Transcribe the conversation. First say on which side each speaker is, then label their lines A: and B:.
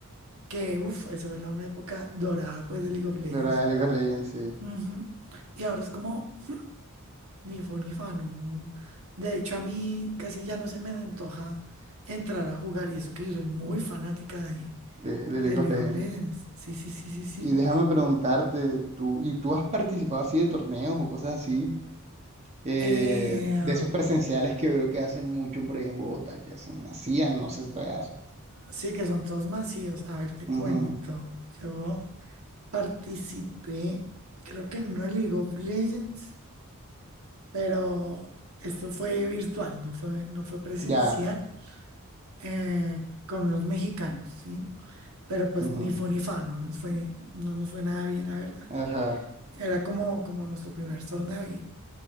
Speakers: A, on the right; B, on the right.
A: que, uff, eso era una época dorada, pues, de League of Legends.
B: De verdad, de League of Legends, sí.
A: Ujú. Y ahora es como. Ni fu ni fa, no, no. De hecho, a mí casi ya no se me antoja entrar a jugar, y eso que yo soy muy fanática de,
B: De, de League
A: de League
B: of Legends.
A: of Legends. Sí, sí, sí, sí, sí.
B: Y déjame preguntarte, tú, ¿y tú has participado así de torneos o cosas así? eh,
A: Eh,
B: de esos presenciales que veo que hacen mucho por ahí en Bogotá, que hacen, hacían, no sé si todavía hacen.
A: sí, que son todos masivos. A ver, te
B: Ujú,
A: cuento. Yo participé, creo que no en League of Legends, pero esto fue virtual, no fue, no fue presencial,
B: Ya.
A: eh, con los mexicanos, ¿sí? Pero pues
B: ujú,
A: ni fu ni fa, no nos fue, no nos fue nada bien, la verdad.
B: Ajá.
A: Era como, como nuestro primer torneo y,